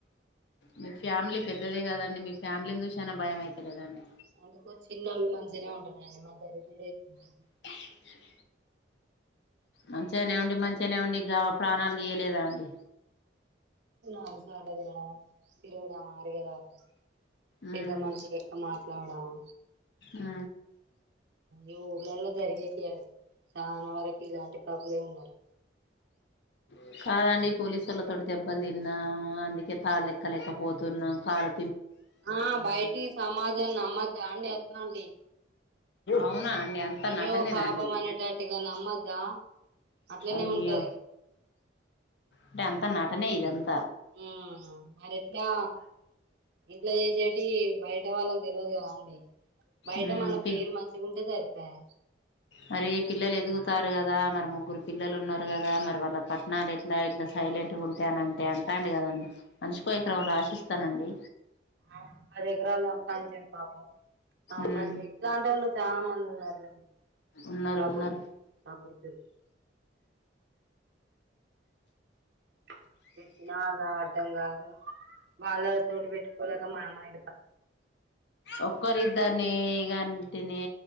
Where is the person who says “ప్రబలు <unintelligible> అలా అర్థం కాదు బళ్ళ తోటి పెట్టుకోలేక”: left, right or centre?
Right